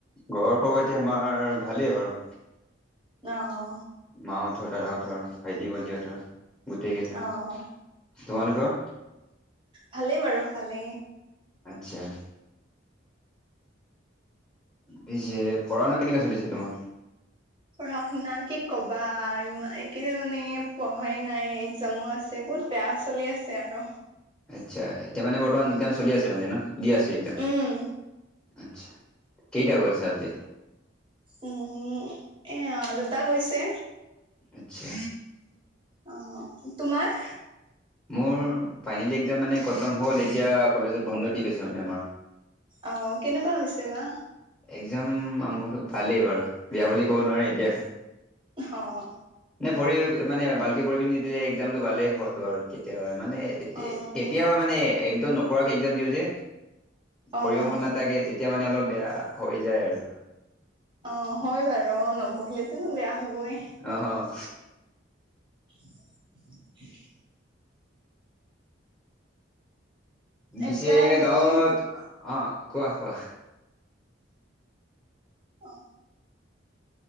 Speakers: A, in the centre; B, on the right.
A: ঘৰৰ খবৰ-খাতি, আমাৰ ভালেই বাৰু।
B: অ', অ'।
A: মাহঁতৰ, দাদাহঁতৰ, ভাইটি, ভণ্টিহঁতৰ গোটেই কেইটা,
B: অ',
A: তোমালোকৰ?
B: ভালেই বাৰু ভালে।
A: আচ্ছা। পিছে, পঢ়া-শুনা কেনেকুৱা চলিছে তোমাৰ?
B: পঢ়া-শুনা কি ক'বা, ইমা এইকেইদিন মানে পঢ়াই নাই, এক্সামো আছে বহুত। বেয়া চলি আছে আৰু।
A: আচ্ছা, এতিয়া মানে, বৰ্তমান এক্সাম চলি আছে মানে ন, দি আছে এক্সাম।
B: উম,
A: আচ্ছা, কেইটা গ'ল চাবজেক?
B: উম, এয়া, দুটা গৈছে।
A: আচ্ছা।
B: অ', তোমাৰ?
A: মোৰ ফাইনেল এক্সাম মানে খটম হ'ল, এতিয়া, কলেজত বন্ধ দি থৈছে মানে আমাৰ।
B: অ', কেনেকুৱা হৈছে বা?
A: এক্সাম মোৰ ভালেই বাৰু, বেয়া বুলি ক'ব নোৱাৰি এতিয়া।
B: অ'।
A: নে পঢ়ি, মানে ভালকে পঢ়ি, নিদিলে এক্সমটো ভালেই হ'ল বাৰু। কেতিয়াবা মানে,
B: অ',
A: কেতিয়াবা মানে, একদম নপঢ়াকে এক্সাম দিওঁ যে।
B: অ',
A: পঢ়িব মন নাথাকে, তেতিয়া মানে, অলপ বেয়া হৈ যায় আৰু।
B: অ', হয় বাৰু, নপঢ়িলেতোন বেয়া হ'বই।
A: অ', অ'।
B: <unintelligible> এতিয়া
A: বিছে
B: এনেই
A: গাঁৱত, অ' কোৱা কোৱা?
B: অ'।